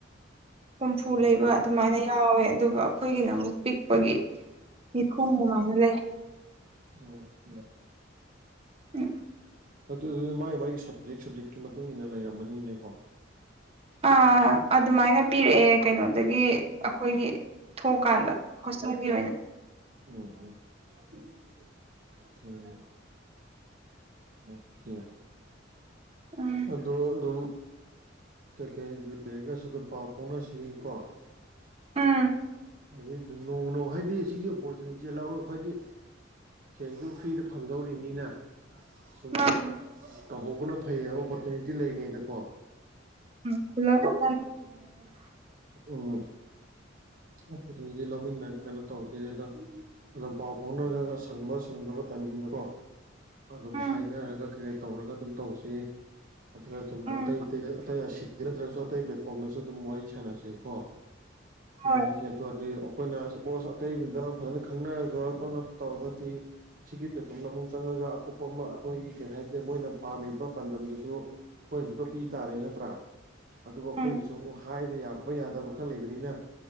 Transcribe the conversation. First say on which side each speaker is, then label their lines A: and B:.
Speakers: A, on the right (about 30°); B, on the right (about 45°).
A: ꯍꯨꯝꯐꯨ
B: ꯎꯝ
A: ꯂꯩꯕ ꯑꯗꯨꯃꯥꯏꯅ ꯌꯥꯎꯋꯦ ꯑꯗꯨꯒ ꯑꯩꯈꯣꯏꯒꯤꯅ ꯑꯃꯨꯛ ꯄꯤꯛꯄꯒꯤ ꯅꯤꯐꯨꯃꯨꯛ ꯃꯥꯏꯅ ꯂꯩ
B: ꯑꯣ ꯀꯦ
A: ꯎꯝ꯫
B: ꯑꯗꯨꯗꯤ ꯃꯥꯏ ꯃꯥꯏ ꯁꯞꯖꯦꯛ ꯁꯞꯖꯦꯛꯀꯤ ꯃꯇꯨꯡ ꯏꯟꯅ ꯂꯩꯔꯝꯃꯅꯤꯅꯦꯀꯣ
A: ꯑꯥ ꯑꯗꯨꯃꯥꯏꯅ ꯄꯤꯔꯛꯑꯦ ꯀꯩꯅꯣꯗꯒꯤ ꯑꯩꯈꯣꯏꯒꯤ ꯊꯣꯛꯀꯥꯟꯗ ꯍꯣꯁꯇꯦꯜꯒꯤ ꯑꯣꯏꯅ꯫
B: ꯑꯣ ꯑꯣ <unintelligible> ꯑꯣ ꯈꯦ
A: ꯎꯝ
B: ꯑꯗꯣ ꯑꯗꯨꯝ ꯀꯩꯀꯩ ꯂꯩꯔꯒꯁꯨ ꯑꯗꯨꯝ ꯄꯥꯎ ꯐꯥꯎꯅꯁꯤ ꯀꯣ
A: ꯎꯝ
B: ꯍꯧꯖꯤꯛ ꯑꯗꯨꯝ ꯅꯣꯡꯃ ꯅꯣꯡ ꯍꯥꯏꯗꯤ ꯁꯤꯒꯤ ꯑꯣꯄꯣꯔꯆꯨꯅꯤꯇꯤ ꯂꯧꯔ ꯈꯣꯏꯗꯤ ꯁꯦꯟꯗꯨ ꯐ꯭ꯔꯤꯗ ꯐꯪꯗꯧꯔꯤꯅꯤꯅ ꯁꯨꯝ
A: ꯃꯥꯅꯦ
B: ꯇꯧꯍꯧꯕꯅ ꯐꯩꯌꯦꯕ ꯑꯣꯄꯣꯔꯆꯨꯅꯤꯇꯤ ꯂꯩꯔꯤꯉꯩꯗꯀꯣ
A: ꯎꯝ ꯄꯨꯂꯞ <inaudible>
B: ꯎꯝ ꯑꯣꯄꯣꯔꯆꯨꯅꯤꯇꯤ ꯂꯧꯃꯤꯟꯅꯔꯒ ꯀꯩꯅꯣ ꯇꯧꯁꯦ ꯑꯗꯣ ꯑꯗꯨꯝ ꯄꯥꯎ ꯐꯥꯎꯅꯔꯒ ꯁꯪꯕ ꯁꯪꯗꯕ ꯇꯥꯏꯃꯤꯡꯗꯀꯣ ꯑꯗꯨꯝ
A: ꯎꯝ
B: ꯍꯥꯏꯅꯔꯒ ꯀꯩꯀꯩ ꯇꯧꯔꯒ ꯑꯗꯨꯝ ꯇꯧꯁꯤ ꯑꯗꯨꯒ ꯑꯗꯨꯝ
A: ꯎꯝ
B: ꯑꯇꯩ ꯑꯇꯩꯗ ꯑꯇꯩ ꯑꯁꯤꯗ ꯅꯠꯇ꯭ꯔꯒꯁꯨ ꯑꯇꯩ ꯄ꯭ꯂꯦꯠꯐꯣꯝꯗꯁꯨ ꯑꯗꯨꯝ ꯋꯥꯔꯤ ꯁꯥꯟꯅꯁꯤ ꯀꯣ
A: ꯍꯣꯏ
B: ꯃꯤ ꯍꯥꯏꯁꯦ ꯑꯗꯨꯑꯣꯏꯔꯗꯤ ꯑꯩꯈꯣꯏꯅ ꯁꯄꯣꯁ ꯑꯇꯩꯗꯨꯗ ꯐꯖꯅ ꯈꯪꯅꯔꯒ ꯈꯣꯠꯅ ꯇꯧꯔꯒꯗꯤ ꯁꯤꯒꯤ ꯄ꯭ꯂꯦꯠꯐꯣꯝꯗ ꯑꯃꯨꯛ ꯆꯪꯉꯒ ꯑꯀꯨꯞꯄ ꯑꯃ ꯑꯩꯈꯣꯏꯒꯤ ꯀꯩ ꯍꯥꯏꯇ ꯃꯣꯏꯅ ꯄꯥꯝꯃꯤꯕ ꯄꯥꯟꯗꯝꯗꯨꯁꯨ ꯑꯩꯈꯣꯏꯅꯁꯨ ꯈꯔ ꯄꯤ ꯇꯥꯔꯦ ꯅꯠꯇ꯭ꯔꯥ ꯑꯗꯨꯕꯨ ꯑꯩꯈꯣꯏꯒꯤꯁꯨ
A: ꯎꯝ
B: ꯑꯃꯨꯛ ꯍꯥꯏꯕ ꯌꯥꯕ ꯌꯥꯗꯕ ꯈꯔ ꯂꯩꯕꯅꯤꯅ